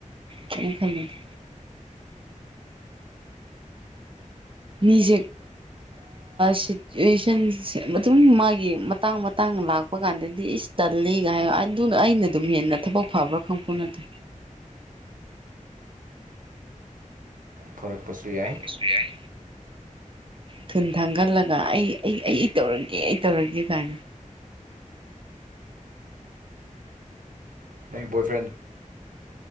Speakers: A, on the right; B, on the right.
A: ꯀꯩꯝ ꯈꯟꯂꯨꯅꯨ ꯃꯤꯁꯦ ꯁꯤꯆꯨꯋꯦꯁꯟ ꯃꯇꯨꯡ ꯃꯥꯒꯤ ꯃꯇꯥꯡ ꯃꯇꯥꯡ ꯂꯥꯛꯄ ꯊꯣꯛꯄ ꯀꯥꯟꯗꯗꯤ ꯏꯁ ꯇꯜꯂꯤꯒꯥꯏ ꯑꯗꯨꯅ ꯑꯩꯅ ꯑꯗꯨꯝ ꯍꯦꯟꯅ ꯊꯕꯛ ꯐꯕ꯭ꯔꯥ ꯈꯪꯄꯅꯠꯇꯦ
B: ꯐꯣꯔꯛꯄꯁꯨ ꯌꯥꯏ
A: ꯏꯁꯤꯁꯕꯤ ꯑꯥꯏ ꯊꯨꯟ ꯊꯥꯡꯒꯠꯂꯒ ꯑꯩ ꯑꯩ ꯑꯩ ꯑꯩ ꯇꯧꯔꯒꯦ ꯑꯩ ꯇꯧꯔꯒꯦ ꯀꯥꯏꯅ
B: ꯅ ꯣꯏ